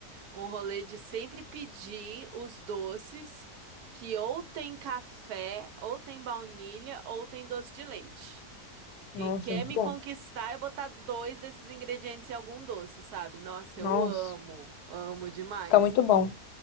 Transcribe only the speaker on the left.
Nossa,
é muito
bom.
Nossa.
Fica muito bom.